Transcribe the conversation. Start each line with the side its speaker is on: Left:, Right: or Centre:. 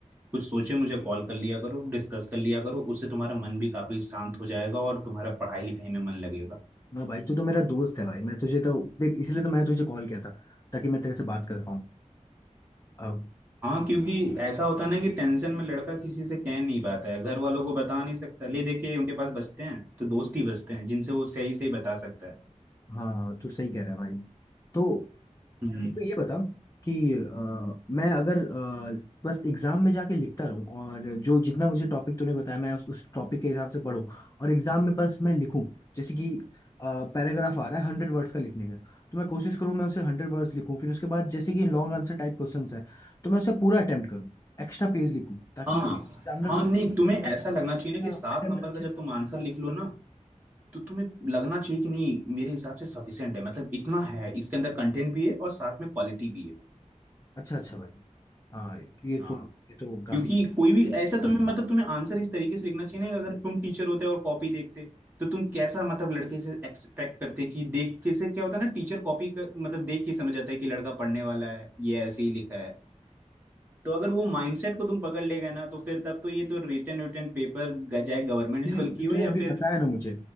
Right: कुछ सोचे मुझे कॉल कर लिया करो डिस्कस कर लिया करो उससे तुम्हारा मन भी काफी शांत हो जाएगा और तुम्हारा पढ़ाई लिखाई में मन लगेगा
Left: हाँ भाई तू तो मेरा दोस्त है भाई मैं तुझे तो देख इसलिए तो मैंने तुझे कॉल किया था ताकि मैं तेरे से बात कर पाऊँ अब
Right: हाँ क्योंकि ऐसा होता है ना कि टेंशन में लड़का किसी से कह नहीं पाता है घर वालों को बता नहीं सकता ले देके उनके पास बचते हैं तो दोस्त ही बचते हैं जिनसे वो सही सही बता सकता है
Left: हाँ तू सही कह रहा है भाई तो
Right: हम्म
Left: तो तो ये बता कि अ, मैं अगर अ, बस एग्जाम में जाके लिखता रहूं और जो जितना मुझे टॉपिक तूने बताया मैं उस उस टॉपिक के हिसाब से पढूं और एग्जाम में बस मैं लिखूं जैसे कि पैराग्राफ आ रहा है हंड्रेड वर्ड्स का लिखने का तो मैं कोशिश करूं मैं उसे हंड्रेड वर्ड्स लिखूं फिर उसके बाद जैसे कि लॉन्ग आंसर टाइप क्वेश्चंस है तो मैं उसे पूरा अटेम्प्ट करूं एक्स्ट्रा पेज लिखूं ताकि
Right: हाँ
Left: एग्जामिनर
Right: हाँ
Left: को लगे
Right: नहीं
Left: कि
Right: तुम्हें
Left: मैं
Right: ऐसा लगना चाहिए ना
Left: ना
Right: कि सात
Left: अटेम्प्ट
Right: नंबर
Left: अच्छे
Right: का जब
Left: से
Right: तुम आंसर लिख लो ना तो तुम्हें लगना चाहिए कि नहीं मेरे हिसाब से सफिशियंट है मतलब इतना है इसके अंदर कंटेंट भी है और साथ में क्वालिटी भी
Left: अच्छा अच्छा भाई हाँ ये
Right: है
Left: तो ये तो काफी
Right: क्योंकि कोई भी ऐसा तुम्हें मतलब तुम्हें आंसर इस तरीके से लिखना चाहिए ना कि अगर तुम टीचर होते और कॉपी देखते तो तुम कैसा मतलब लड़के से एक्सपेक्ट करते कि देख के से क्या होता है ना टीचर कॉपी कर मतलब देख के समझ जाता है कि लड़का पढ़ने वाला है ये ऐसे ही लिखा है तो अगर वो माइंडसेट को तुम पकड़ ले गए ना तो फिर तब तो ये तो रिटन रिटन पेपर चाहे गवर्नमेंट लेवल
Left: तूने जो
Right: <laughs> की हो
Left: तूने
Right: या
Left: भी
Right: फिर
Left: बताया ना मुझे